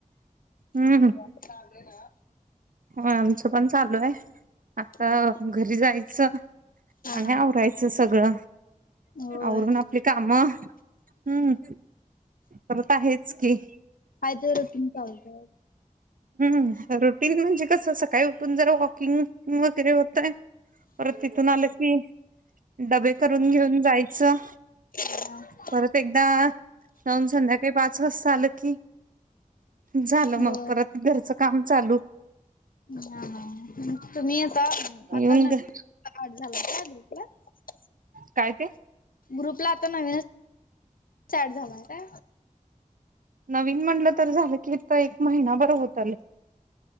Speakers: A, on the right; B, on the left.
A: हम् ह
B: ह ना
A: हो आमचं पण चालू आहे आता
B: हा
A: घरी जायचं आणि
B: हा
A: आवरायचं सगळ
B: होय
A: आवरून आपली काम. आ मग हम्म करत आहेच की.
B: हाय ते रुटीन चालत
A: <inaudible> म्हणजे कस सकाळी उठून जर वॉकिंग वगैरे होतय पर तिथून आलं कि डबे करून घेऊन जायचं
B: <unintelligible>
A: परत एकदा जाऊन संध्याकाळी पाच वाजता आलं की. झालं
B: होय
A: मग परत घरचं काम चालू
B: हा तुम्ही आता आता
A: येऊन
B: नवीन
A: घ-
B: झाला काप
A: काय ते
B: ग्रुपला आता नवीनच स्टार्ट झालाय का
A: नवीन म्हणलं तर झालं की एक महिना बरं होत आलय.